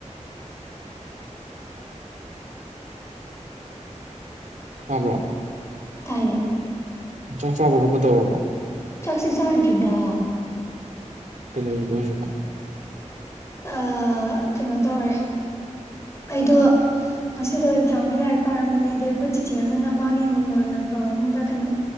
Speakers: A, on the right (about 80°); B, on the left (about 20°).
A: ꯑꯄ꯭ꯔꯣ
B: ꯇꯥꯏ
A: ꯆꯥꯛ ꯆꯥꯕ ꯈꯣꯠꯄ ꯇꯧꯔꯕꯣ
B: ꯆ꯭ꯔꯥꯛꯁꯤꯦ ꯆꯥꯗ꯭ꯔꯤꯗ
A: ꯀꯩꯗꯧꯔꯤꯕ ꯑꯣꯏꯔꯤꯕꯣ <unintelligible>
B: ꯑꯥ ꯀꯩꯅꯣ ꯇꯧꯔꯦ ꯑꯩꯗꯣ ꯉꯁꯤꯗꯣ ꯑꯦꯛꯖꯥꯝꯒꯤ ꯂꯥꯏꯔꯤꯛ ꯄꯥꯔꯝꯕꯅꯦ ꯑꯗꯩ ꯑꯩꯈꯣꯏ ꯆꯤꯆꯦ ꯑꯃꯅ ꯃꯥꯒꯤ ꯃꯃꯥꯟꯅꯕ ꯑꯝꯗ ꯀꯩꯅꯣ